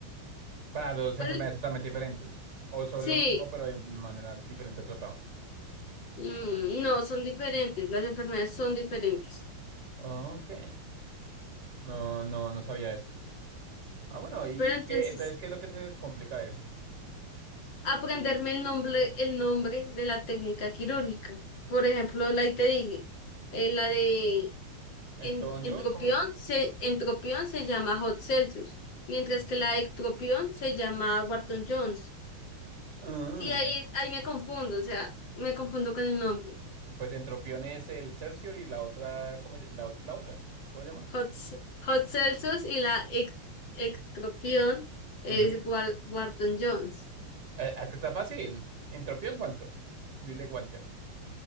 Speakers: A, on the right; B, on the left.
A: Para dos
B: Pero
A: enfermedades totalmente diferentes. O son
B: sí,
A: lo mismo, pero de manera diferente tratado.
B: mm, no, son diferentes. Las enfermedades son diferentes.
A: Ah, ok. No, no, no sabía eso. Ah, bueno, ¿y
B: Pero entonces
A: qué? Entonces, ¿qué es lo que te complica eso?
B: aprenderme el nombre, el nombre de la técnica quirúrgica. Por ejemplo, la que te dije, eh, la de
A: Entonces,
B: en- entropión
A: yo, ¿cómo? es?
B: se, entropión se llama Hot Celsius, mientras que la de ectropión se llama Wharton Jones.
A: Ah,
B: Y ahí, ahí me confundo, o sea, me confundo con el nombre.
A: pues Entropión es el Cercior y la otra, ¿cómo? es? La otra es la otra. ¿Cómo se llama?
B: Hot, Ce- Hot Celsius y la ec- ectropión es
A: Ajá.
B: Wal- Wharton Jones.
A: Eh, Es que está fácil. Entropión Walter. Dile Walter.